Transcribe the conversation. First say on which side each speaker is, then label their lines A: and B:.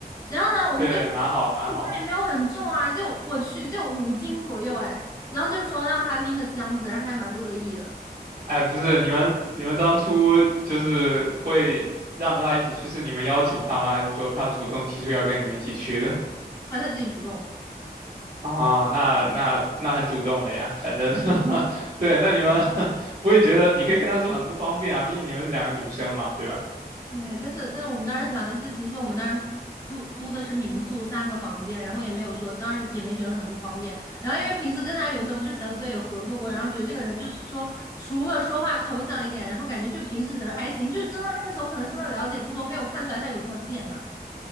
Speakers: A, on the left; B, on the right.
A: 然后呢，我们就说行李也没有很重啊，
B: 对，蛮好蛮好。
A: 就我去就五斤左右哎，然后就说让他拎个箱子，然后他还蛮不乐意的，
B: 哎，不是，你们你们当初就是会让他一起去，是你们邀请他吗？还是说他主动提出要跟你们一起去的？
A: 让他自己主动。
B: 啊，那那那很主动了呀，反正 <laughs> 对，那你们 <laughs> 不会觉得，你可以跟他说很不方便啊，毕竟你们是两个女生嘛，对吧？
A: 对，但是但是我们当时想的是，其实我们当时住租的是民宿三个房间，然后也没有说，当然也没觉得很不方便。然后因为平时跟他有时候就是小组作业有合作过，然后觉得这个人就是说，除了说话抽象一点，然后感觉就平时人还行，就是真的那个时候可能真的了解不多，没有看出来他有这么贱呢、